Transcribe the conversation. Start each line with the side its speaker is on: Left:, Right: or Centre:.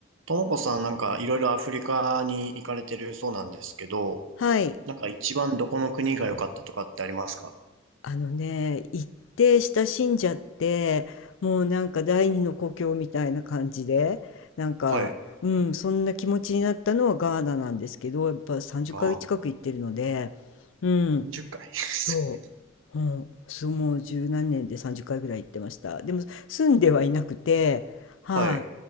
Right: ともこさんなんかいろいろアフリカに行かれてるそうなんですけど、
Left: はい。
Right: なんか一番どこの国が良かったとかってありますか
Left: あのね、行って親しんじゃって、もうなんか第二の故郷みたいな感じで、なんか、
Right: はい。
Left: うん、そんな気持ちになったのはガーナなんですけど、やっぱ30ヶ月近く行ってるので、
Right: ガーナ。
Left: うん、
Right: 0回。<laughs>
Left: そう、うん、そうもう十何年で30回ぐらい行ってました。でも住んではいなくて、は
Right: はい。